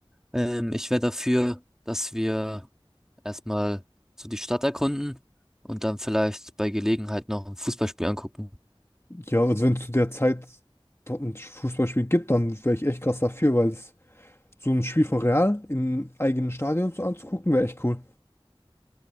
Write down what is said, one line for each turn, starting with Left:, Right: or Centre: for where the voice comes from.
Centre: Ähm, ich wäre dafür, dass wir erstmal so die Stadt erkunden und dann vielleicht bei Gelegenheit noch ein Fußballspiel angucken.
Left: Ja, also wenn es zu der Zeit dort ein Fußballspiel gibt, dann wäre ich echt krass dafür, weil es so ein Spiel von Real im eigenen Stadion so anzugucken, wäre echt cool.